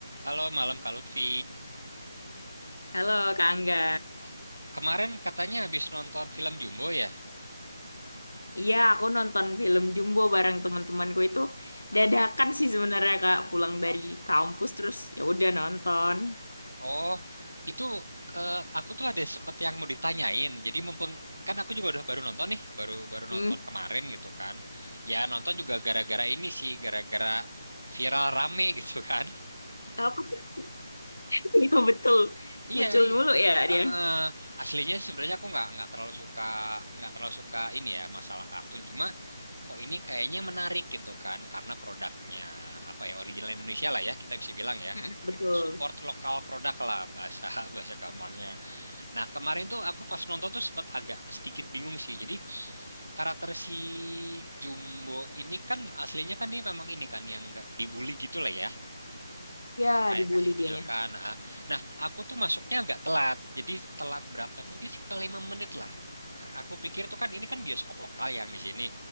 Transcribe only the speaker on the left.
Halo Kak Angga.
Iya, aku nonton film Jumbo bareng teman-temanku itu
dadakan sih sebenarnya Kak, pulang
dari kampus terus ya udah nonton.
Hmm,
apa? sih? <laughs> Iya betul,
muncul
mulu ya
dia.
Mm-mm, Betul.
Ya,
dibully
dianya.